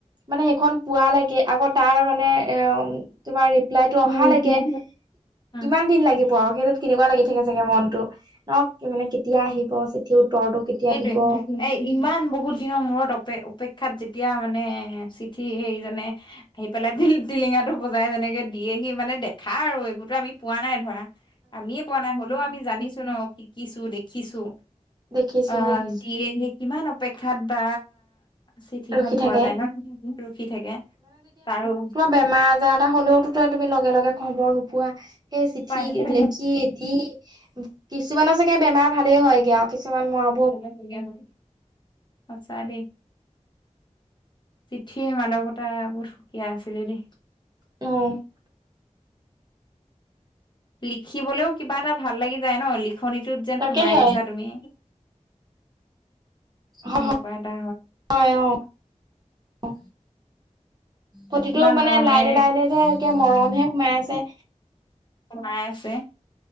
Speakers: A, on the right; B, on the left.
A: মানে সেইখন পোৱালৈকে আকৌ তাৰ মানে এ উম তোমাৰ ৰিপ্লাইতটো অহালৈকে
B: উম উম।
A: কিমান দিন লাগিব আৰু সেইটোত কেনেকুৱা লাগি থাকে চাগে মনতো ন'! কি মানে কেতিয়া আহিব চিঠি উত্তৰটো কেতিয়া
B: সেইটোৱে
A: দিব অহ
B: এই ইমান বহুত দিনৰ মূৰত অপে-অপেক্ষাত যেতিয়া মানে চিঠি হেৰি জানে আহি পেলাই টিলিঙা টো বজাই যেনেকে দিয়ে হি মানে, দেখা আৰু এইবোৰতো আমি পোৱা নাই ধৰা। আমিয়ে পোৱা নাই হ'লেও আমি জানিছো ন' শিকিছো, দেখিছো।
A: দেখিছো
B: অ',
A: দেখিছো
B: দিয়ে সেই কিমান অপেক্ষাত বা। চিঠি
A: ৰখি
B: খন পোৱা
A: থাকে
B: যায় ন' ৰখি থাকে, তাৰো
A: বেমাৰ-আজাৰ এটা হ'লেওতো তো তুমি লগে লগে খবৰ নোপোৱা। সেই চিঠি
B: পাই নাপায়
A: লেখি দি কিছুমানৰ চাগে বেমাৰ ভালেই হয়গে আৰু কিছুমান মৰা
B: <unintelligible> সঁচা দেই, চিঠিৰ মাদকতা বহুত সুকীয়া আছিলে দেই।
A: অ'।
B: লিখিবলৈও কিবা এটা ভাল লাগি যায় ন', লিখনিটোত যেন
A: তাকেহে
B: সোমাই গৈছা তুমি।
A: হয়
B: তেনেকুৱা এটা
A: অ'। প্ৰতিটো
B: ইমান
A: মানে
B: মৰমেৰে
A: লাইনে লাইনে যে একে মৰমহে সোমাই আছে।
B: সোমাই আছে।